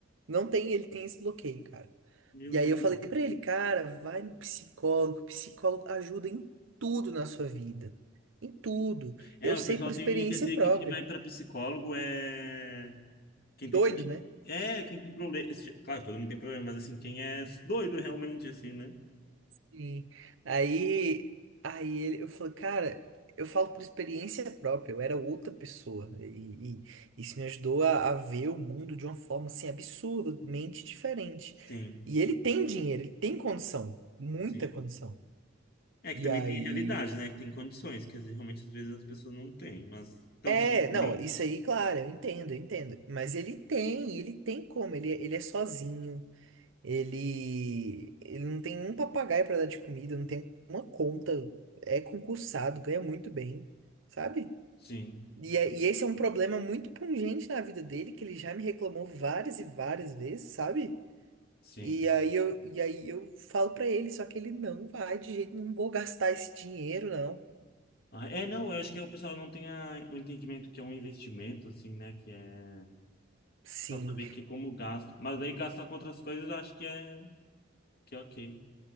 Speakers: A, on the right; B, on the left.
A: Não tem, ele tem esse bloqueio, cara.
B: Meu
A: E
B: Deus.
A: aí eu falei pra ele, cara, vai no psicólogo, psicólogo ajuda em tudo na sua vida. Em tudo.
B: É,
A: Eu
B: o
A: sei
B: pessoal
A: por experiência
B: tem receio
A: própria.
B: que quem vai pra psicólogo é. Quem
A: doido,
B: tem,
A: né?
B: é, quem tem problema. Claro, todo mundo tem problema, mas assim, quem é doido realmente, assim, né?
A: E aí, aí ele, eu falo, cara, eu falo por experiência própria, eu era outra pessoa. E, e isso me ajudou a, a ver o mundo de uma forma assim absurdamente diferente.
B: Sim,
A: E ele tem dinheiro, ele tem condição, muita
B: sim.
A: condição.
B: É que
A: E
B: também
A: aí.
B: tem realidade, né? Que tem condições, que às vezes, realmente às vezes as pessoas não têm, mas. Então,
A: É,
B: se tem,
A: não, isso aí, claro, eu entendo, eu entendo. Mas ele tem, ele tem como, ele, é, ele é sozinho. Ele, ele não tem um papagaio pra dar de comida, não tem uma conta, é concursado, ganha muito bem, sabe?
B: sim,
A: E, é- e esse é um problema muito pungente na vida dele, que ele já me reclamou várias e várias vezes, sabe?
B: sim.
A: E aí eu, e aí eu falo pra ele, só que ele não vai de jeito, não vou gastar esse dinheiro, não.
B: Ah, É, não, eu acho que o pessoal não tem a- o entendimento que é um investimento, assim, né? Que é.
A: Sim.
B: Só saber que é como gasto. Mas daí gastar com outras coisas eu acho que é, que é ok.